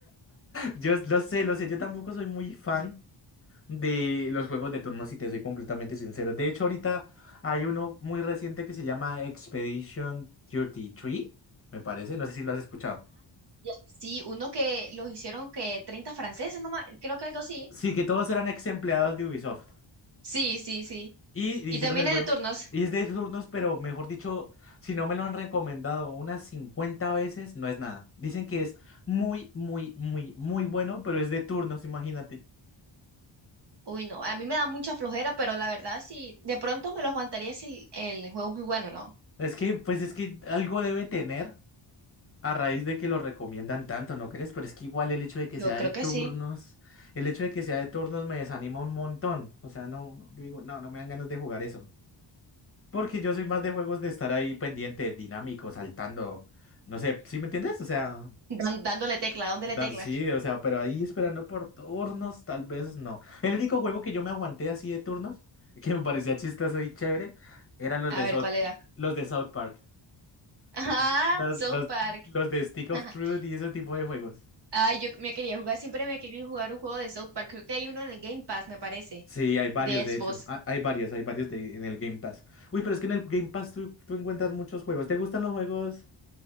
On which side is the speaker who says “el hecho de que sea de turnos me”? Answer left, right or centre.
Left